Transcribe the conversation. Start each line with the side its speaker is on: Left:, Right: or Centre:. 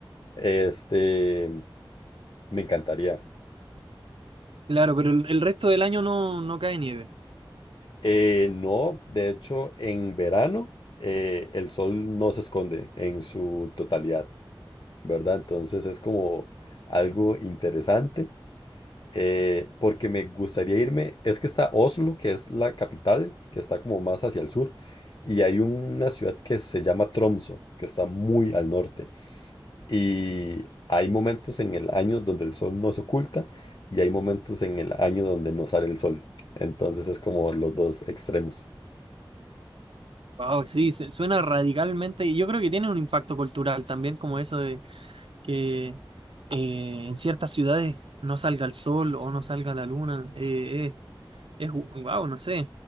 Left: este me encantaría.
Right: Claro, pero el, el resto del año no, no cae nieve.
Left: Eh, no, de hecho en verano eh, el sol no se esconde en su totalidad, ¿verdad? Entonces es como algo interesante eh, porque me gustaría irme. Es que está Oslo, que es la capital, que está como más hacia el sur, y hay una ciudad que se llama Tromso, que está muy al norte. Y hay momentos en el año donde el sol no se oculta y hay momentos en el año donde no sale el sol. Entonces es como los dos extremos.
Right: Wow, sí, se- suena radicalmente. Y yo creo que tiene un impacto cultural también, como eso de que eh, en ciertas ciudades no salga el sol o no salga la luna. Eh, eh, es wow, no sé.